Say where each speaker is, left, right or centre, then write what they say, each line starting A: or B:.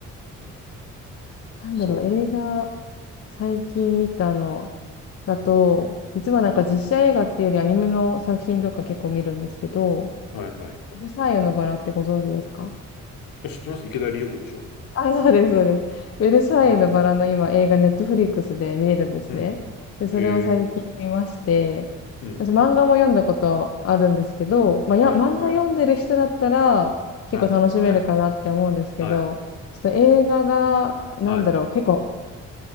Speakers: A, on the left; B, on the left.
A: うん
B: なんだろう、
A: そ
B: 映画、最近見たのだと、実はなんか実写映画っていうよりアニメの作品とか結構見るんですけど、
A: う。うん。はいはい。
B: ベルサイユのバラってご存知ですか
A: あ知ってます池田理代子でしょ
B: あ、そうです、そうです。ベルサイユのバラの今映画ネットフリックスで見れるんですね。
A: うん。うん。
B: で、それを最近見まして、
A: へえ。うん。
B: 私漫画も読んだことあるんですけど、まあ、
A: はい、
B: や、漫画読んでる人だったら結構楽しめるかなって思うんですけど、
A: はい。はい、はい、はい、
B: ちょっと映画が、なんだろう、
A: はい、
B: 結構、